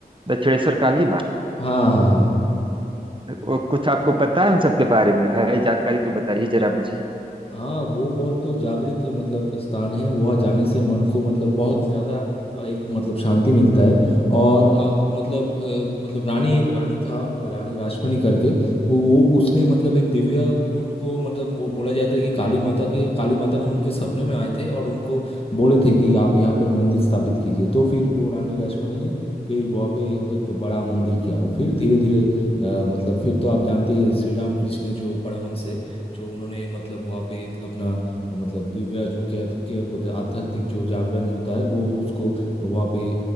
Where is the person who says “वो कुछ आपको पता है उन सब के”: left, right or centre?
Right